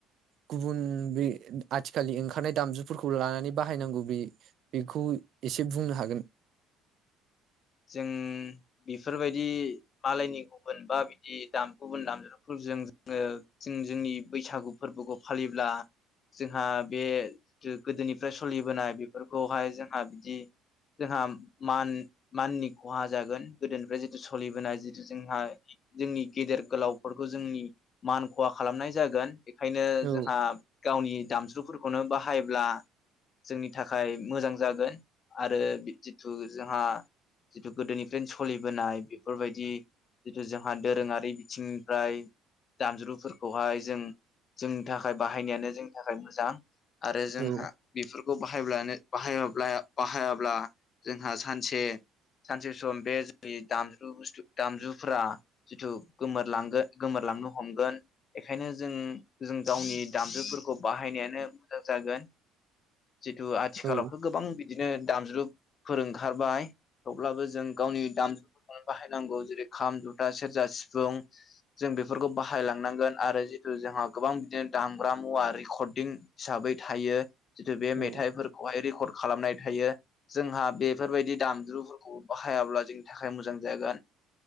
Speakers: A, on the right; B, on the left.
A: गुबुन बेय आथिखालनि ओंखारनाय दामजुफोरखौ लानानै बाहायनांगौ बे बेखौ एसे बुंनोहागोन।
B: जों बेफोरबायदि। मालायनि गुबुन बा बिदि दाम गुबुन दामजुफोरजों जोङो जों जोंनि बैसागु फोरबोखौ फालिब्ला जोंहा बे जो गोदोनिफ्राय सलिबोनाय बेफोरखौहाय जोंहा बिदि जोंहा मान। माननि खहाजागोन गोदोनिफ्राय जितु सलिबोनाय जिथु जोंहा जोंनि गेदेर गोलावफोरखौ जोंनि मान खहा खालामनाय जागोन। बेखायनो
A: औ
B: जोंहा गावनि दामज्रुफोरखौनो बाहायोब्ला जोंनि थाखाय मोजां जागोन आरो जिथु जोंहा जिथु गोदोनिफ्रायनो सलिबोनाय बेफोरबायदि जिथु जोंहा दोरोङारि बिथिंनिफ्राय दामज्रुफोरखौहाय जों जोंनि थाखाय बाहायनायानो जोंनिथाखाय मोजां। आरो जोंहा
A: औ
B: बेफोरखौ। बाहायब्लानो बाहायो ब्लाया बाहायाब्ला जोंहा सानसे। सानसेसम बे जों दामजु बुस्थु दामजुफ्रा जिथु गोमोरलांगोन गोमोरलांनो हमगोन बेखायनोजों जों गावनि दामजुफोरखौ बाहायनायानो मोजां जागोन। जितु आथिखालावथ
A: औ
B: गोबां बिदिनो दामज्लु फोरोंग खारबाय। थेवब्लाबो जों गावनि दामजुफोरखौनो बाहायनांगौ जेरै खाम जुथा सेरजा सिफुं जों बेफोरखौ बाहायलांनांगोन आरो जितु जोंहा गोबां बिदिनो दामग्रा मुवा रेकर्डदिं हिसाबै थायो। जिथु बे
A: औ
B: मेथाइफोरखौहाय रेखर खालामनाय थायो जोंहा बेफोरबायदि दामज्लु। फोरखौ बाहायाब्ला जोंनिथाखाय मोजां जागोन।